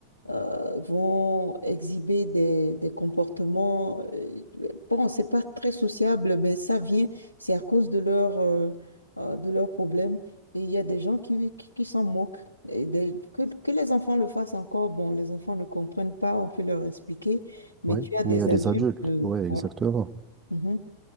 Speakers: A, on the left; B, on the right.
A: euh, vont exhiber des, des comportements. euh, bon, c'est pas très sociable, mais ça vient, c'est à cause de leur, euh, euh, de leurs problèmes. Et il y a des gens qui, qui, qui s'en moquent. Et des- que, que les enfants le fassent encore, bon, les enfants ne comprennent pas, on peut leur expliquer, mais
B: Oui,
A: tu as des
B: mais il y a des
A: adultes.
B: adultes.
A: euh,
B: Oui, exactement.
A: ouais, mhm.